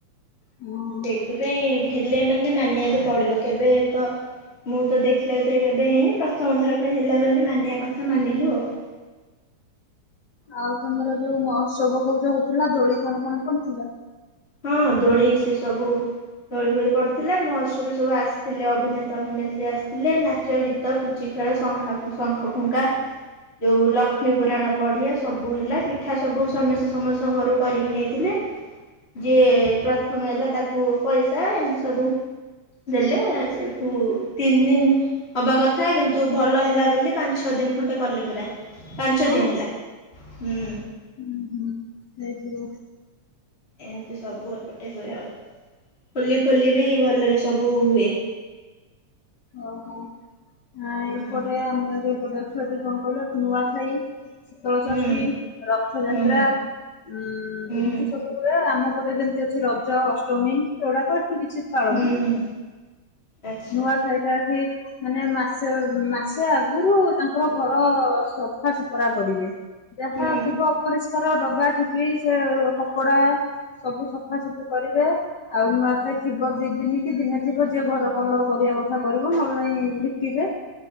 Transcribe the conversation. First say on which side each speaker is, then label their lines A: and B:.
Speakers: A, on the left (about 75°); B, on the left (about 20°).
A: ହଁ
B: ସେଇଥିପାଇଁ ହେଲେ ମାନେ, ମାନିବାକୁ ପଡିବ କେବେ ତ ମୁଁ ତ ଦେଖିଲା ଭିତରେ କେବେ ହେଇନି, ପ୍ରଥମ ଥର ପାଇଁ ହେଲା ବୋଲି ମାନିବା କଥା ମାନିଲୁ ଆଉ <inaudible>
A: ଆଉ ତମର ଯୋଉ ମହୋତ୍ସବ କୋଉ ଜ ହଉଥିଲା, ଦୋଳି କଣ କଣ ପଡିଥିଲା?
B: ହଁ ଦୋଡି ସେ ସବୁ ଦୋଳି ଫୋଳି ପଡିଥିଲା, ମହୋତ୍ସବରେ ସବୁ ଆସିଥିଲେ, ଅଭିନେତା ଅଭିନେତ୍ରୀ ଆସିଥିଲେ, ନାଚ, ଗୀତ, ପୁଚି ଖେଳ ଶଙ୍ଖ ଫୁଙ୍କା ଯୋଉ ଲକ୍ଷ୍ମୀ ପୁରାଣ ପଢିଆ ସବୁ ହେଲା ପିଠା ସବୁ ସମସ୍ତେ ସମସ୍ତଙ୍କ ଘରୁ କରିକି ନେଇଥିଲେ। ଯିଏ ପ୍ରଥମ ହେଲା ତାକୁ ପଇସା ଏମିତି ସବୁ ଦେଲେ, ସେଠୁ ତିନି ଦିନ ହବା କଥା କିନ୍ତୁ ଭଲ ହେଲା ବୋଲି ପାଞ୍ଚ ଛ ଦି ଦିନ ଖଣ୍ଡେ କଲେ ପୁରା, ପାଞ୍ଚ
A: ହଁ
B: ଛ ଦିନ ହେଲା ହୁଁ
A: ହୁଁ ହୁଁ ହେଇଥିବ।
B: ଏମିତି ସବୁ ଏପଟେ ହୁଏ ଆଉ ହୋଲି ଫୁଲି ବି ଭଲରେ ସ ସବୁ ହୁଏ।
A: ଓହୋ, ଏପଟେ
B: ହୁଁ
A: ଆମର ଗଟେ ଛୁଏଠି <unintelligible> କଣ କହିବ କି ନୂଆଖାଇ, ଶୀତଳ
B: ହୁଁ
A: ଷଷ୍ଠୀ, ରଥଯାତ୍ରା
B: ହୁଁ
A: ଉଁ ଏମତି
B: ହୁଁ
A: ସବୁ ହୁଏ, ଆମ ପଟେ ଯେମିତି ଅଛି, ରଜ, ଅଷ୍ଟ ଷ୍ଟମୀ, ଏଗୁଡ଼ାକ ଏତେ କିଛି ପାଳନ୍ତିନି।
B: ହୁଁ ହୁଁ ଆଚ୍ଛା
A: ନୂଆ ଖାଇବା ଏଠି ମାନେ ମାସେ ମାସେ ଆଗରୁ ତାଙ୍କର ଘର ସଫା ସୁତରା କରିବେ। ଯାହା
B: ହୁଁ
A: ଥିବ ଅପରିଷ୍କାର ଡ ବା ଠିପି ସେ କପଡା ସବୁ ସଫା ସତୁ କରିବେ ଆଉ ନୂଆଖାଇ ଥିବ ଦି ଦିନ କି ଦିନେ ଥିବ ଯିଏ ଘର କଲର କରିବା କଥା କରିବ, ନହଲେ ନାଇ ଲିପିବେ